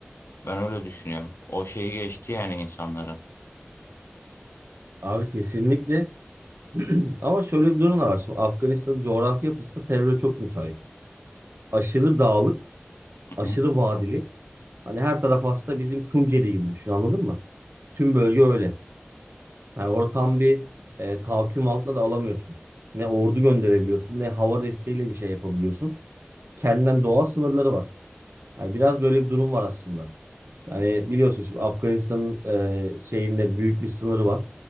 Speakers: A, on the left; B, on the right.
A: Ben öyle düşünüyorum. O şeyi geçti yani insanların.
B: abi kesinlikle. <clears throat> Ama şöyle bir durum da var. Şimdi Afganistan'ın coğrafi yapısı da teröre çok müsait. Aşırı dağlık,
A: Hı
B: aşırı
A: hı.
B: vadili Hani her taraf aslında bizim Tunceli gibi düşün anladın mı? Tüm bölge öyle. Yani orada tam bir e, tahakküm altına da alamıyorsun. Ne ordu gönderebiliyorsun ne hava desteğiyle bir şey yapabiliyorsun. Kendinden doğal sınırları var. Hani biraz böyle bir durum var aslında. Hani biliyorsun şimdi Afganistan'ın e, şeyinde büyük bir sınırı var.